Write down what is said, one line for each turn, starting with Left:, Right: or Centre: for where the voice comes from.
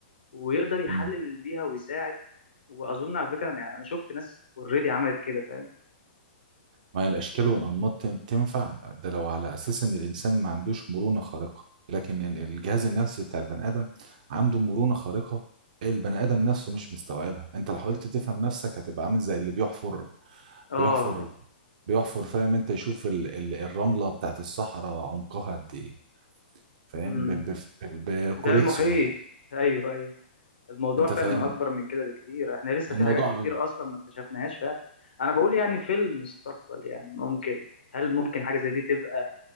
Left: ويقدر يحلل
Right: امم
Left: بيها ويساعد واظن على فكره انا انا شفت ناس اوريدي عملت كده فاهم
Right: ما هي الاشكال والانماط تن- تنفع ده لو على اساس ان الانسان ما عندوش مرونة خارقة لكن ال- الجهاز النفسي بتاع البني ادم عنده مرونة خارقة البني ادم نفسه مش مستوعبها انت لو حاولت تفهم نفسك هتبقى عامل زي اللي بيحفر
Left: اه
Right: بيحفر بيحفر فاهم انت يشوف ال... ال... الرملة بتاعت الصحراء عمقها قد ايه فاهم
Left: امم
Right: ب... ب... بكوريك
Left: زي المحيط
Right: صغيره
Left: ايوه ايوه الموضوع
Right: انت
Left: فعلا
Right: فاهم
Left: اكبر من كده بكتير احنا لسه
Right: الموضوع
Left: في حاجات كتير اصلا ما اكتشفناهاش فعلا انا بقول يعني في المستقبل يعني ممكن هل ممكن حاجه زي دي تبقى